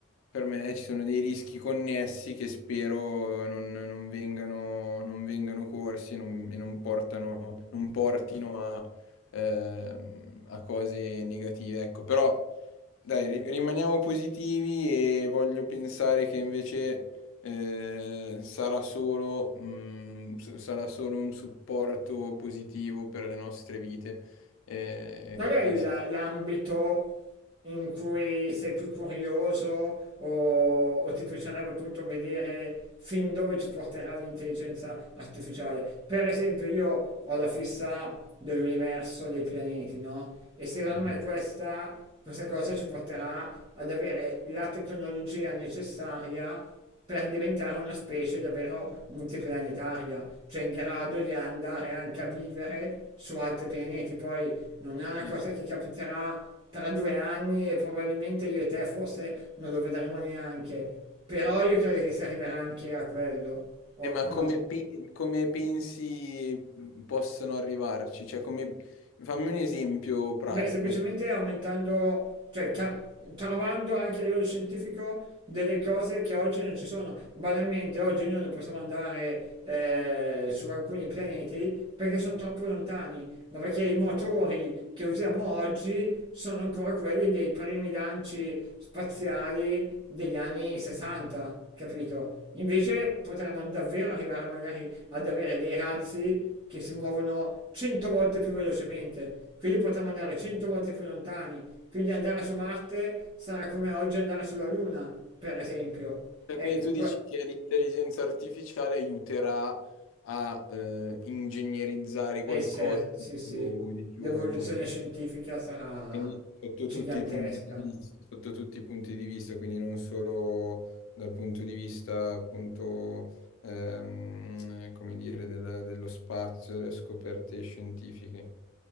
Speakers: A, on the left (about 80°); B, on the right (about 25°).
A: per me ci sono dei rischi connessi che spero non, non vengano, non vengano corsi e non, e non portano, non portino a, ehm, a cose negative. Ecco, però dai, ri- rimaniamo positivi e voglio pensare che invece eh, sarà solo, mm, s- sarà solo un supporto positivo per le nostre vite. Eh,
B: Qual è
A: e
B: il-
A: sì.
B: l'ambito in cui sei più curioso o, o ti piacerebbe appunto vedere fin dove ci porterà l'intelligenza artificiale? Per esempio, io ho la fissa dell'universo dei pianeti, no? E secondo
A: Mhm.
B: me questa, questa cosa ci porterà ad avere la tecnologia necessaria per diventare una specie davvero multiplanetaria, cioè in grado di andare anche a vivere su altri pianeti. Poi non è una
A: Mm.
B: cosa che capiterà tra due anni e probabilmente io e te forse non lo vedremo neanche. Però io credo che si arriverà anche a quello, o,
A: Eh, ma
B: o
A: come,
B: no?
A: pe- come pensi mhmm, possono arrivarci? Cioè, come... Fammi un esempio pratico.
B: Beh, semplicemente
A: Se-
B: aumentando, cioè ca- trovando anche a livello scientifico delle cose che oggi non ci sono. Banalmente, oggi noi non possiamo andare eh, su alcuni pianeti perché sono troppo lontani, ma perché i motori che usiamo oggi sono ancora quelli dei primi lanci spaziali degli anni 60, capito? Invece potremmo davvero arrivare magari ad avere dei razzi che si muovono 100 volte più velocemente, quindi potremmo andare 100 volte più lontani, quindi andare su Marte sarà come oggi andare sulla Luna, per esempio.
A: cioè,
B: Ecco,
A: Quindi tu dici che l'intelligenza artificiale aiuterà a eh, ingegnerizzare
B: è
A: qualcosa
B: certo,
A: di
B: sì, sì,
A: più, di più
B: l'evoluzione
A: potente.
B: scientifica sarà
A: Quindi sotto
B: gigantesca.
A: tutti i punti di vista, sotto tutti i punti di vista, quindi non solo dal punto di vista appunto, ehm, come dire, del- dello spazio, delle scoperte scientifiche.